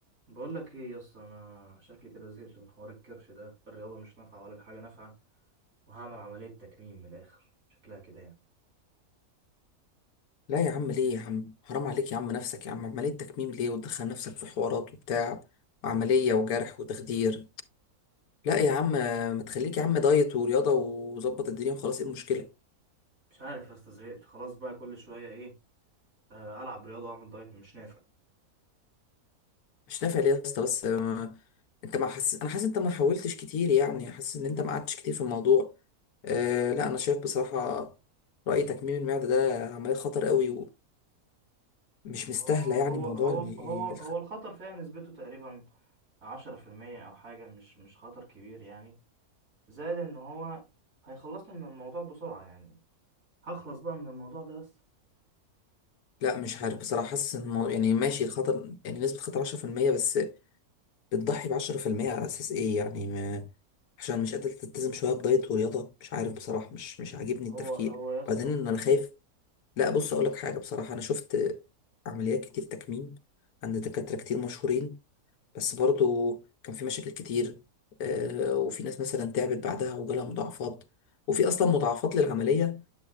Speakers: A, on the right; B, on the left.
A: بقول لك ايه يا اسطى انا شكلي كده زهقت من حوار الكرش ده الرياضه مش نافعه ولا في حاجه نافعه وهعمل عمليه تكميم من الاخر شكلها كده يعني
B: لا يا عم ليه يا عم حرام عليك يا عم نفسك يا عم عملية تكميم ليه وتدخل نفسك في حوارات وبتاع وعملية وجرح وتخدير لا يا عم آه، ما تخليك يا عم دايت ورياضة وظبط الدنيا وخلاص ايه المشكلة
A: مش عارف يا اسطى زهقت خلاص بقى كل شويه ايه آه، العب رياضه واعمل دايت مش نافع
B: مش نافع ليه يا اسطى بس آه، انت ما حاسس انا حاسس انت ما حاولتش كتير يعني حاسس ان انت ما قعدتش كتير في الموضوع أه لا انا شايف بصراحة رأي تكميم المعدة ده عملية خطر قوي ومش مستاهلة
A: آه،
B: يعني
A: هو
B: موضوع
A: هو
B: ال-
A: هو هو الخطر فيها نسبته تقريبا 10% او حاجه مش مش خطر كبير يعني زائد ان هو هيخلصني من الموضوع بسرعه يعني هخلص بقى من الموضوع ده بس
B: لا مش عارف بصراحة حاسس ان المو- يعني ماشي الخطر يعني نسبة خطر 10% بس بتضحي بعشرة في المية على أساس إيه يعني ما عشان مش قادر تلتزم شوية بدايت ورياضة مش عارف بصراحة مش مش عاجبني
A: هو
B: التفكير
A: هو يا اسطى
B: بعدين
A: بصراحة.
B: إن أنا خايف لا
A: آه،
B: بص أقولك حاجة بصراحة أنا شفت عمليات كتير تكميم عند دكاترة كتير مشهورين بس برضو كان في مشاكل كتير آه، وفي ناس مثلا تعبت بعدها وجالها مضاعفات وفي أصلا مضاعفات للعملية